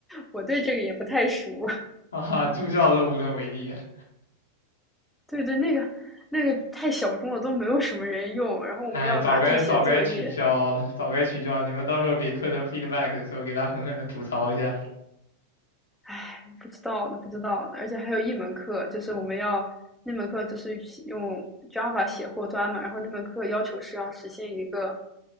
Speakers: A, in the centre; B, on the left.
A: 我对这个也不太熟。
B: 啊哈，助教都无能为力啊。
A: 对对，那个那个太小众了，都没有什么人用。然后我们要拿这个写作业，
B: 哎，早该早该取消了，早该取消！你们到时候给课程 feedback 的时候，给他狠狠的吐槽一下，
A: 唉，不知道呢，不知道呢，而且还有一门课，就是我们要那门课就是用 Java 写后端嘛，然后那门课要求是要实现一个，